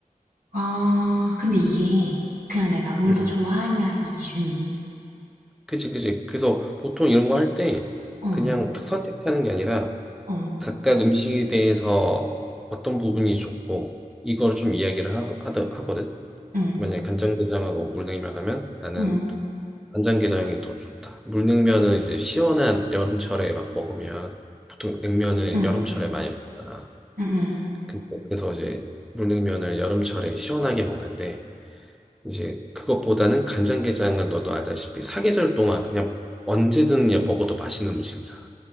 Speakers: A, on the right (about 85°); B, in the centre.
A: 아, 근데 이게 그냥 내가 뭘
B: 응,
A: 더
B: 응.
A: 좋아하냐, 이 기준이지.
B: 그치 그치 그래서 보통 이런 거 할 때
A: 어,
B: 그냥 딱 선택하는 게 아니라
A: 어,
B: 각각 음식에 대해서 어떤 부분이 좋고 이걸 좀 이야기를 하, 하더, 하거든
A: 응,
B: 만약에 간장게장하고 물냉면 하면 나는
A: 응, 응,
B: 간장게장이 더 좋다. 물냉면은 이제 시원한 여름철에 막 먹으면 보통 냉면은
A: 응,
B: 여름철에 많이 먹잖아.
A: 응, 응,
B: 근데 그래서 이제 물냉면을 여름철에 시원하게 먹는데 이제 그것보다는 간장게장은 너도 알다시피 사계절 동안 그냥 언제든 그냥 먹어도 맛있는 음식이잖아.